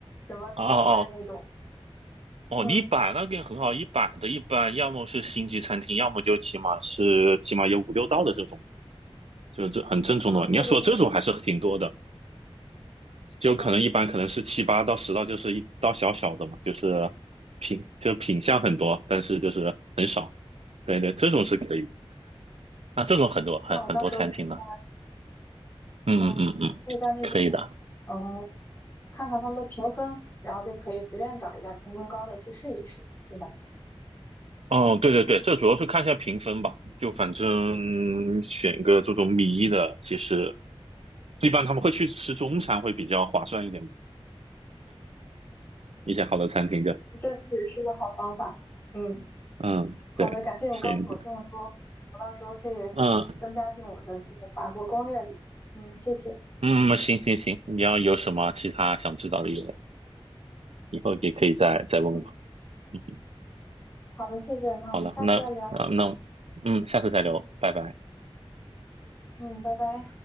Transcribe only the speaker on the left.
什么主菜那种。
嗯，
哦，对对对，
嗯
嗯，
那我到时候可以在
嗯，可以在那种。
嗯。看看他们的评分，然后就可以随便找一家评分高的去试一试，对吧？
嗯，
这确实是个好方法。嗯，
好的，
感谢你告诉我这么多，
我到时候可以增加进我的这个法国攻略里。
嗯，谢谢。
嗯，
好的，谢谢。那我们下次再聊。
嗯，拜拜。